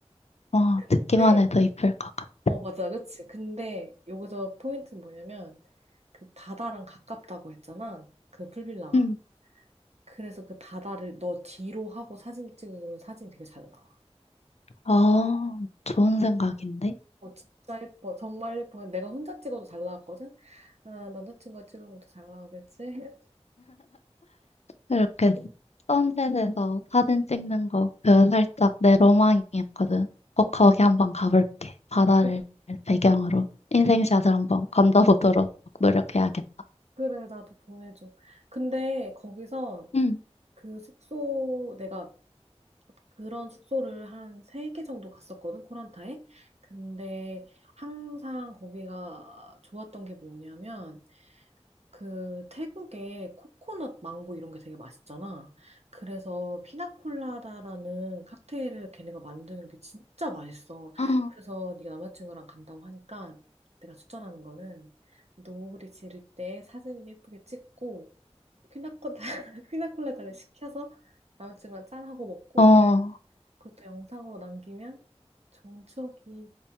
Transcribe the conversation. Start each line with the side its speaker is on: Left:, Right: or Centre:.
Left: 와,
Right: 근데
Left: 듣기만 해도 이쁠 것 같아.
Right: 어 맞아 그치 근데 여기서 포인트는 뭐냐면 그 바다랑 가깝다고 했잖아 그 풀빌라가
Left: 응,
Right: 그래서 그 바다를 너 뒤로 하고 사진 찍으면 사진이 되게 잘 나와.
Left: 아, 좋은 생각인데?
Right: 어, 진짜 예뻐. 정말 예뻐. 내가 혼자 찍어도 잘 나왔거든? 아, 남자친구가 찍으면 더 잘 나오겠지? <laughs>
Left: 이렇게 선셋에서 사진 찍는 거, 그 살짝 내 로망이었거든. 꼭
Right: 응.
Left: 거기 한번 가볼게. 바다를
Right: 그래,
Left: 배경으로 인생샷을 한번 건져보도록 노력해야겠다.
Right: 그래, 나도 보내줘. 근데 거기서
Left: 응.
Right: 그 숙소, 내가 그런 숙소를 한 세 개 정도 갔었거든, 코란타에. 근데 항상 거기가 좋았던 게 뭐냐면, 그 태국의 코코넛 망고 이런 게 되게 맛있잖아. 그래서 피나콜라다라는 칵테일을 걔네가 만드는 게 진짜 맛있어.
Left: 아,
Right: 그래서 네가 남자친구랑 간다고 하니까 내가 추천하는 거는 노을이 지를 때 사진을 예쁘게 찍고 피나콜라 <laughs> 피나콜라다를 시켜서 남자친구랑 짠하고 먹고
Left: 어,
Right: 그것도 영상으로 남기면 좋은 추억이